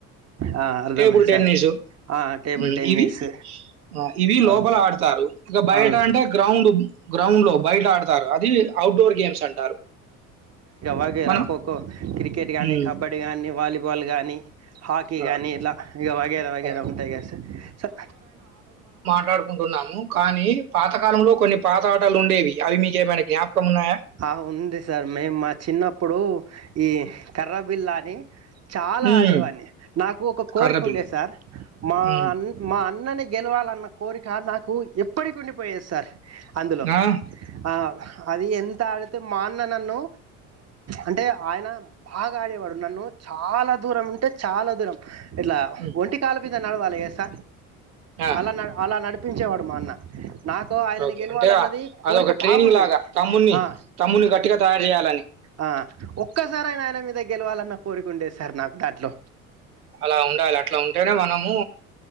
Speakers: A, on the right (about 35°); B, on the right (about 80°).
A: ఆ అర్థమైంది
B: టేబుల్ టెన్నిసు.
A: సార్ ఆ టేబుల్
B: హ్మ్.
A: టెన్నిస్
B: ఇవి ఆ! ఇవి లోపల
A: అవును సార్
B: ఆడతారు ఇక బయట
A: అవును
B: అంటే
A: సార్
B: గ్రౌండ్ గ్రౌండ్ లో బయట ఆడత్ అది ఔట్డోర్ గేమ్స్ అంటారు
A: మాకెరా
B: మనం
A: ఖోఖో, క్రికెట్ గాని,
B: హ్మ్.
A: కబడ్డీ గానీ, వాలీబాల్ ఫుట్బాల్ గాని హాకీ
B: హ్మ్. ఆ!
A: గానీ ఇలా ఇగ వగేర వగేర
B: ఆ!
A: ఉంటయి గద సార్
B: ఆట ఆడుకుంటున్నాము కానీ పాతకాలంలో కొన్ని పాత ఆటలుండేవి అవి మీకేమైనా జ్ఞాపకం ఉన్నాయా
A: ఆ ఉంది సార్ మేము మా చిన్నప్పుడు ఈ కర్ర బిల్లా అని చాలా
B: హ్మ్.
A: ఆడేవాన్ని నాకు ఒక కోరిక
B: కర్రబిల్ల.
A: ఉండే సార్ మా
B: హ్మ్.
A: అన్ మా అన్ కానీ గెలవాలన్న కోరిక నాకు ఎప్పటికి ఉండిపోయేది సార్ అందులో
B: ఆ!
A: ఆ అది ఎం త ఆడితే మా అన్న నన్ను అంటే ఆయన బాగా ఆడేవాడు నన్ను చాలా దూరం అంటే చాలా దూరం ఇట్లా
B: హ్మ్.
A: ఒంటి కాల మీద నడవాలే ఎస్స
B: ఆ!
A: అలా నడ్ అలా నడ్ ఒప్పించేవాడు మా అన్న నాకు ఆయనని
B: ఓకే.
A: గెలవాలన్నది
B: అంటే ఆ-
A: కోరిక
B: అదొక ట్రైనింగ్
A: బాగుండేది
B: లాగా తమ్ముడిని,
A: ఆ
B: తమ్ముడిని గట్టిగా తయారు చేయాలని.
A: ఆ ఒక్కసారైనా ఆయన మీద గెల్ గెలవాలన్న కోరుకుండేది సార్ నాకు దాంట్లో
B: అలా ఉండాలి అట్ల ఉంటేనే మనము